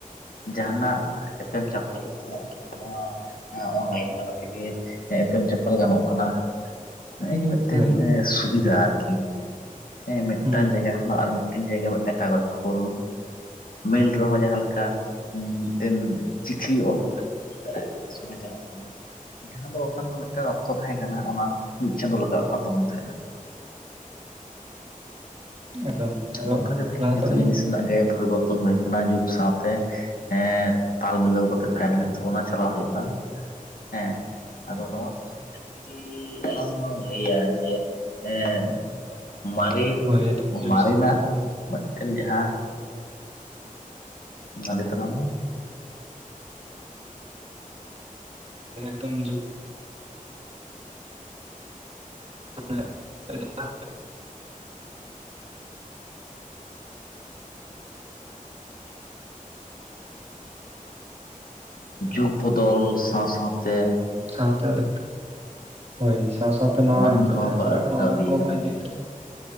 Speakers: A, on the left; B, on the right.
A: ᱡᱟᱦᱟᱸᱱᱟᱜ ᱮᱯᱮᱢ ᱪᱟᱯᱟᱞ ᱱᱚᱣᱟ ᱮᱸᱜ ᱚᱱᱞᱟᱭᱤᱱ ᱛᱟᱞᱟ ᱛᱮᱜᱮ ᱮᱯᱮᱢ ᱪᱟᱯᱟᱞ ᱜᱟᱱᱚᱜ ᱠᱟᱱᱟ᱾ ᱱᱚᱸᱜ-ᱚᱭ ᱡᱮ ᱢᱤᱫᱴᱮᱱ
B: ᱦᱳᱭ
A: ᱥᱩᱵᱤᱫᱷᱟ ᱟᱨᱠᱤ᱾ ᱦᱮᱸ ᱢᱤᱫᱴᱮᱱ
B: ᱦᱩᱸ
A: ᱡᱟᱭᱜᱟ ᱠᱷᱚᱱᱟᱜ ᱟᱨ ᱢᱤᱫᱴᱮᱱ ᱡᱟᱭᱜᱟ ᱢᱤᱫᱴᱟᱝ ᱠᱟᱜᱚᱡ ᱠᱳᱞ ᱢᱮᱞ ᱨᱮᱦᱚᱸ ᱡᱟᱦᱟᱸ ᱞᱮᱠᱟ ᱢᱤᱫᱴᱮᱱ ᱪᱤᱴᱷᱤ ᱚᱞ ᱠᱟᱛᱮ ᱵᱚᱱ ᱠᱩᱞ ᱫᱟᱲᱮᱭᱟᱜ ᱠᱟᱱᱟ ᱥᱚᱸᱜᱮ ᱪᱟᱞᱟᱜ ᱠᱟᱱᱟ ᱾ ᱡᱟᱦᱟᱸ ᱫᱚ ᱵᱟᱠᱷᱟᱱ ᱫᱚ ᱢᱤᱫᱴᱟᱝ ᱚᱠᱛᱚ ᱛᱟᱦᱮᱸ ᱠᱟᱱᱟ ᱚᱱᱟ ᱢᱤᱫ ᱪᱟᱸᱫᱳ ᱞᱟᱜᱟᱜ ᱠᱟᱱ ᱛᱟᱵᱳᱱ ᱛᱟᱦᱮᱸᱫ ᱾
B: <unintelligible>
A: ᱛᱟᱦᱮᱸᱜᱼᱟ ᱱᱚᱝᱠᱟ ᱜᱮ ᱛᱮᱦᱮᱧ
B: ᱞᱟᱦᱟᱛᱮ
A: ᱡᱚᱛᱚ
B: ᱩᱱ
A: ᱡᱤᱱᱤᱥ ᱨᱮᱱᱟᱜ ᱜᱮ ᱯᱚᱨᱤᱵᱚᱨᱛᱚᱱ ᱦᱩᱭ ᱟᱠᱟᱱᱟ ᱡᱩᱜᱽ ᱥᱟᱶᱛᱮ ᱾ ᱦᱮᱸ ᱛᱟᱞ ᱢᱤᱞᱟᱹᱣ ᱠᱟᱛᱮᱫ ᱛᱟᱦᱮᱸᱱ ᱦᱩᱭᱩᱜ ᱛᱟᱵᱚᱱᱟ ᱪᱟᱞᱟᱣ ᱦᱩᱭᱩᱜ-ᱟ ᱾ ᱦᱮᱸ ᱟᱫᱚ ᱱᱚᱣᱟ ᱠᱚ ᱮᱱᱛᱮᱫ ᱡᱩᱫᱤ ᱟᱞᱟᱝ ᱞᱟᱝ ᱞᱟᱹᱭᱟ ᱡᱮ ᱮᱸ ᱢᱟᱨᱮ
B: ᱦᱳᱭ ᱟᱫᱚ ᱡᱩᱜᱽ
A: ᱢᱟᱨᱮᱱᱟᱜ
B: ᱥᱟᱶ
A: ᱢᱤᱫᱴᱮᱱ ᱡᱟᱦᱟᱸ ᱢᱟ ᱞᱟᱹᱭ ᱛᱟᱞᱝ ᱢᱮ
B: ᱮᱠᱫᱚᱢ ᱡᱩᱜ <unintelligible>
A: ᱡᱩᱜᱽ ᱵᱚᱫᱚᱞ ᱥᱟᱶ ᱥᱟᱶᱛᱮ
B: ᱥᱟᱶᱛᱮ ᱟᱫᱚ ᱦᱳᱭ ᱥᱟᱶ ᱥᱟᱶᱛᱮ ᱛᱚ ᱱᱚᱣᱟ
A: ᱢᱟᱹᱱᱢᱤ
B: ᱦᱤᱛᱚᱜ
A: ᱠᱚᱦᱚᱸ
B: ᱡᱟᱦᱟᱸ
A: ᱠᱚ ᱟᱹᱨᱩᱯᱷᱮᱨᱟᱣ
B: ᱪᱟᱞᱟᱜ ᱠᱟᱱᱟ ᱚᱱᱟ
A: ᱤᱫᱤᱭ
B: ᱠᱚᱵᱚᱱ
A: ᱠᱟᱱᱟ
B: ᱤᱫᱤ ᱩᱛᱟᱹᱨᱟ